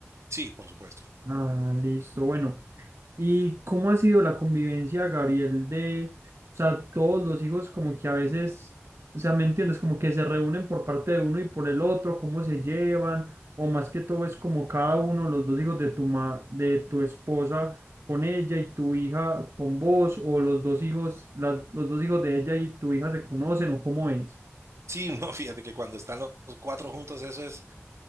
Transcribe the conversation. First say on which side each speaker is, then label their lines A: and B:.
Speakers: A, on the right; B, on the right.
A: Sí, por supuesto.
B: Ah, listo, bueno. ¿Y cómo ha sido la convivencia, Gabriel, de, o sea, todos los hijos como que a veces, o sea, ¿me entiendes? Como que se reúnen por parte de uno y por el otro, cómo se llevan, o más que todo es como cada uno, los dos hijos de tu ma, de tu esposa con ella y tu hija con vos, o los dos hijos, la- los dos hijos de ella y tu hija se conocen, o cómo es.
A: Sí, <laughs> no, fíjate que cuando están los los cuatro juntos, eso es